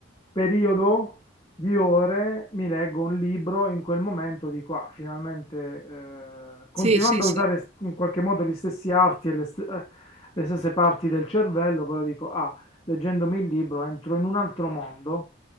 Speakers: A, on the left; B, on the right.
A: periodo di ore mi leggo un libro, in quel momento dico, ah, finalmente, eh, continuando
B: Sì, sì, sì,
A: a usare in qualche modo gli stessi arti e le, st- eh, le stesse parti del cervello, però dico, ah, leggendomi il libro entro in un altro mondo